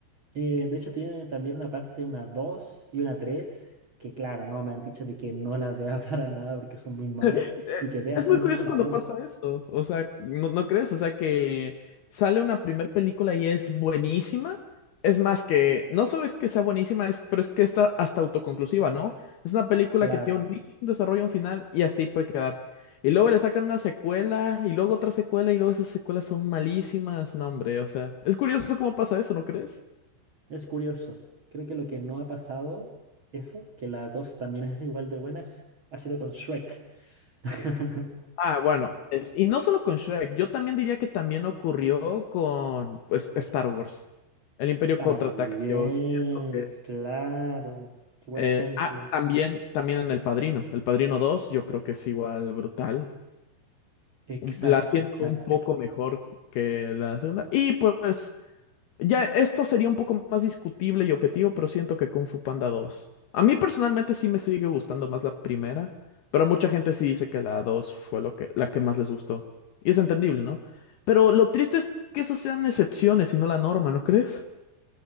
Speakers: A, on the right; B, on the left.
A: Eh, de hecho, tiene también una parte, una 2 y una 3 que claro, no, me han dicho de que no las vea <laughs> para nada porque son muy malas
B: eh,
A: y que vea
B: es
A: solamente
B: muy curioso
A: la
B: cuando
A: uno
B: pasa esto. O sea, ¿no, no crees? O sea, que sale una primer película y es buenísima. Es más que, no solo es que sea buenísima, es, pero es que está hasta autoconclusiva, ¿no? Es una película
A: Claro.
B: que tiene un inicio, un desarrollo, un final y hasta ahí puede quedar. Y luego le sacan una secuela y luego otra secuela y luego esas secuelas son malísimas. No, hombre, o sea, es curioso cómo pasa eso, ¿no crees?
A: Es curioso. Creo que lo que no ha pasado, eso, que la 2 también es igual de buena, es- ha sido con Shrek. <laughs>
B: Ah, bueno, es- y no solo con Shrek, yo también diría que también ocurrió con pues, Star Wars. El Imperio
A: También,
B: Contraataca, yo siento que es...
A: claro. Qué buen
B: eh,
A: ejemplo.
B: ah, también, también en El Padrino. El Padrino 2. yo creo que es igual brutal.
A: Exacto,
B: Un- la siento
A: exacto.
B: un poco mejor que la segunda. Y pues ya, esto sería un poco más discutible y objetivo, pero siento que Kung Fu Panda 2. A mí personalmente sí me sigue gustando más la primera, pero mucha gente sí dice que la 2 fue lo que, la que más les gustó. Y es entendible, ¿no? Pero lo triste es que eso sean excepciones y no la norma, ¿no crees?